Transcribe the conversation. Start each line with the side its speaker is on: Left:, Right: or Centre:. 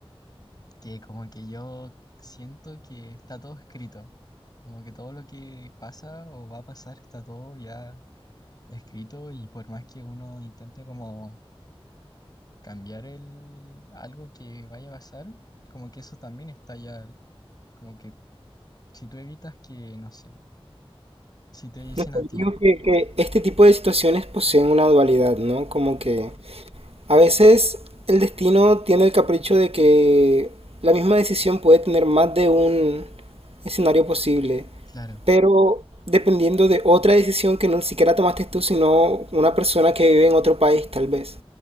Left: que como que yo siento que está todo escrito, como que todo lo que pasa o va a pasar está todo ya escrito y por más que uno intente como cambiar el algo que vaya a pasar, como que eso también está ya, como que si tú evitas que, no sé, Si te dicen
Right: No, pues,
Left: a ti,
Right: digo que, que este tipo de situaciones poseen una dualidad, ¿no? Como que A veces el destino tiene el capricho de que la misma decisión puede tener más de un escenario posible,
Left: Claro,
Right: pero dependiendo de otra decisión que no siquiera tomaste tú, sino una persona que vive en otro país, tal vez.